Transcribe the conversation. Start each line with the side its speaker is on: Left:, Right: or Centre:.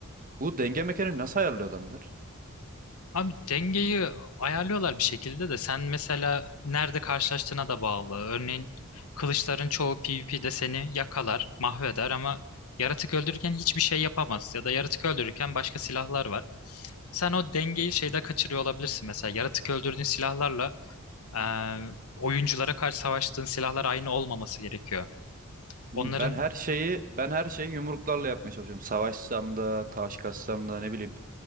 Right: Bu denge mekanı nasıl ayarlıyor adamlar?
Left: Abi dengeyi ayarlıyorlar bir şekilde de sen mesela nerede karşılaştığına da bağlı. Örneğin kılıçların çoğu PvP'de seni yakalar, mahveder ama yaratık öldürürken hiçbir şey yapamaz. Ya da yaratık öldürürken başka silahlar var. Sen o dengeyi şeyde kaçırıyor olabilirsin mesela. Yaratık öldürdüğün silahlarla Ee, oyunculara karşı savaştığın silahlar aynı olmaması gerekiyor.
Right: Hmm,
Left: Onların
Right: Ben her şeyi ben her şeyi yumruklarla yapmaya çalışıyorum. Savaşsam da, taş kassam da ne bileyim.